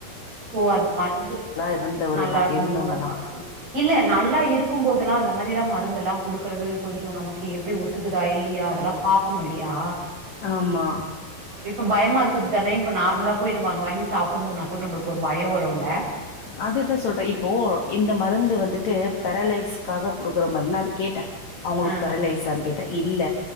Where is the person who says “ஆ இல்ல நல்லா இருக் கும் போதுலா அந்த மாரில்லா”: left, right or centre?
Right